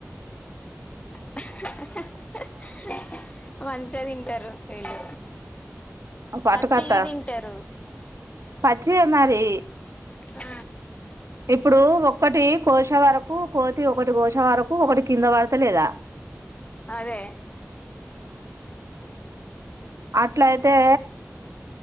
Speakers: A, on the left; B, on the right.
A: <inaudible> మంచం సరే వెళ్ళు
B: పట్టుకత్త
A: పచ్చివి తింటరు
B: పచ్చివే మరి
A: ఆ
B: ఇప్పుడు ఒక్కటి కోశ వరకు కోతి ఒకటి కోశ వరకు ఒకటి కింద పడత లేదా
A: అదే
B: అట్ల అయితే